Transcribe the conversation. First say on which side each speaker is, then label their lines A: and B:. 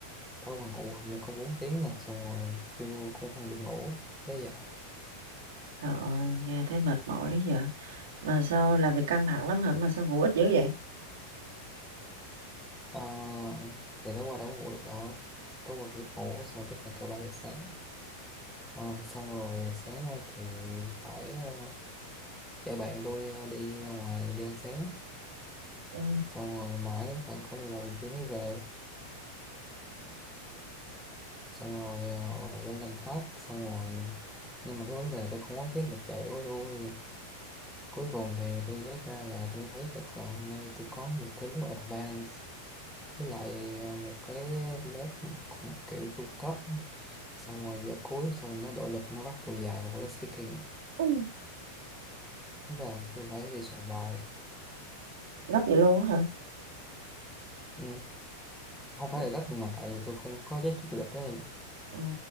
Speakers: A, in the centre; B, on the right (about 60°).
A: tối qua ngủ hình như có bốn tiếng rồi xong rồi trưa cũng không được ngủ thế giờ
B: Trời ơi, nghe thấy mệt mỏi vậy. Mà sao làm việc căng thẳng lắm hả? Mà sao ngủ ít dữ vậy?
A: ờ, thì tối qua đâu có ngủ được đâu tối qua biết ngủ xong tới khoảng cỡ ba giờ sáng Ờ, xong rồi sáng ra thì phải ờ, chở bạn tôi ờ, đi ra ngoài đi ăn sáng
B: Ừ.
A: xong rồi mãi đến khoảng cỡ 11 giờ trưa mới về xong rồi ờ, lên làm thách xong rồi nhưng mà cái vấn đề là tôi không có check lịch chạy của tôi cuối cùng thì tôi check ra là tôi thấy được là hôm nay tôi có một cái lớp advance với lại ờ, một cái lớp cũng kiểu trung cấp xong rồi giờ cuối xong rồi nó đổi lịch nó bắt tôi dạy một lớp speaking
B: Ừ.
A: thế là tôi phải đi soạn bài
B: Gấp vậy luôn á hả?
A: ừ. không phải
B: Ừ.
A: là gấp nhưng mà tại vì tôi không có check trước lịch đấy
B: Ừ.